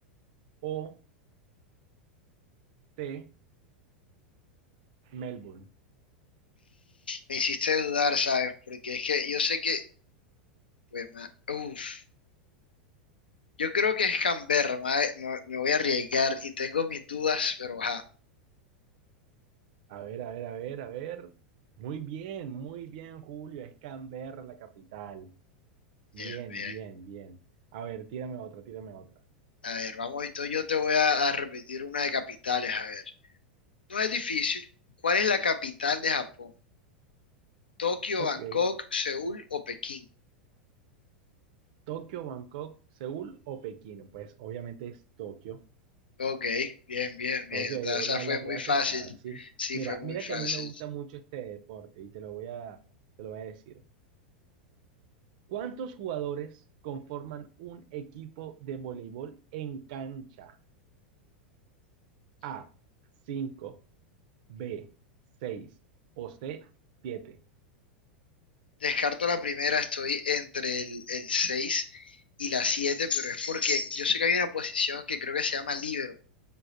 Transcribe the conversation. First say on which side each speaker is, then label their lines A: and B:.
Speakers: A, on the right (about 55°); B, on the left (about 75°).
A: O C, Melbourne.
B: Me hiciste dudar, ¿sabes? Porque es que yo sé que... pues, ma- Uf, yo creo que es Canberra, ma- eh, Me, me voy a arriesgar y tengo mis dudas, pero ajá.
A: A ver, a ver, a ver, a ver. Muy bien, muy bien, Julio. Es Canberra la capital. Bien,
B: Bien, bien.
A: bien, bien. A ver, tírame otra, tírame otra.
B: A ver, vamos, entonces yo te voy a, a repetir una de capitales, a ver. No es difícil. ¿Cuál es la capital de Japón? Tokio,
A: Ok,
B: Bangkok, Seúl o Pekín.
A: Tokio, Bangkok, Seúl o Pekín. Pues obviamente es Tokio.
B: Ok, bien, bien, bien.
A: Tokio,
B: O
A: eh,
B: sea, esa
A: la,
B: fue
A: la
B: muy
A: tiraste
B: fácil.
A: fácil.
B: Sí,
A: Mira,
B: fue muy
A: mira
B: fácil.
A: que a mí me gusta mucho este deporte y te lo voy a, te lo voy a decir. ¿Cuántos jugadores conforman un equipo de voleibol en cancha? A, Cinco. B, Seis. o C, Siete.
B: Descarto la primera, estoy entre el, el 6 y la 7, pero es porque yo sé que hay una posición que creo que se llama líbero.